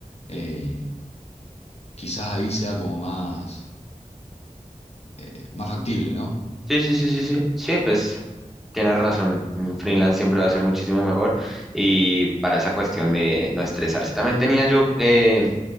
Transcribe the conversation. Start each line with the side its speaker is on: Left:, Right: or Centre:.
Left: eh, quizás ahí sea como más, eh, más factible, ¿no?
Centre: sí, sí, sí, sí, sí, sí, pues tienes razón, un freelance siempre va a ser muchísimo mejor y para esa cuestión de no estresarse. También tenía yo eh,